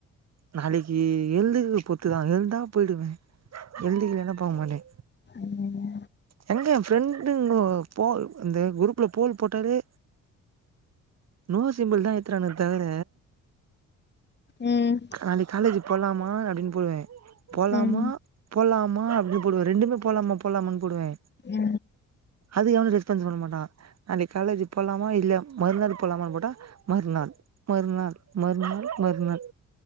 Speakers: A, on the right; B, on the left.
A: நாளைக்கி எழுந்திருக்கறது பொறுத்துதா எழுந்தா போயிடுவே எழுந்திகிலனா போமாட்டே
B: ஆமாமா
A: ஏங்க எங்க ஃப்ரெண்டுங்கோ போல் இந்த குரூப்ல போல் போட்டாலே நோ சிம்பிள் தா ஏத்துறானு தவர
B: ம்
A: நாளைக்கு காலேஜுக்கு போலாமா அப்டின்னு போடுவே போலாமா
B: ம்
A: போலாம அப்டின்னு போடுவே ரெண்டுமே போலாமா போலாமான்னு போடுவே
B: ஏ
A: அது எவனு ரெஸ்பான்ஸ் பண்ண மாட்டா நாளைக்கு காலேஜி போகலாமா இல்லியா மறுநாள் போலாமானு போட்டா மறுநாள் மறுநாள் மறுநாள் மறுநாள்